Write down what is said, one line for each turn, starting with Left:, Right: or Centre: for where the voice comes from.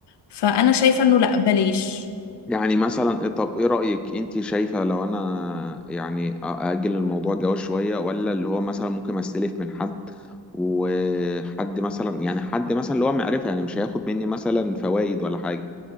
Left: فأنا شايفة إنه لأ بلاش
Centre: يعني مثلا إيه- طب إيه رأيك أنت شايفة لو أنا يعني أ- أأجل الموضوع الجواز شوية ولا اللي هو مثلا ممكن أستلف من حد وحد مثلا يعني حد مثلا اللي هو معرفة يعني مش هياخد مني مثلا فوائد ولا حاجة